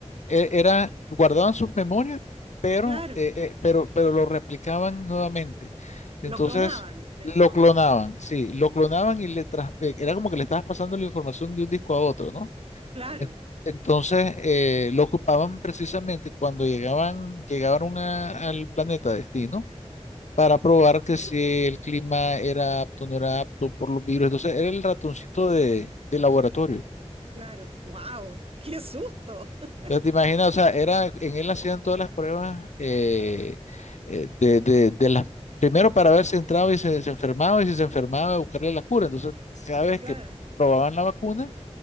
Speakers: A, on the left; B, on the right.
A: e- era, guardaban sus memorias, pero,
B: Claro,
A: eh, eh, pero, pero lo replicaban nuevamente. Entonces,
B: lo clonaban en el
A: lo
B: fondo.
A: clonaban, sí, lo clonaban y le tras- eh, era como que le estabas pasando la información de un disco a otro, ¿no?
B: Claro,
A: En- Entonces, eh, lo ocupaban precisamente cuando llegaban, llegaron a- al planeta destino para probar que si el clima era apto o no era apto por los virus. Entonces, era el ratoncito de de laboratorio.
B: claro. ¡Wow! ¡Qué susto! <laughs>
A: Pero te imaginas, o sea, era, en él hacían todas las pruebas eh, eh, de, de, de las, primero para ver si entraba y se, se enfermaba, y si se enfermaba, buscarle la cura. Entonces, cada vez
B: Y Claro.
A: que probaban la vacuna,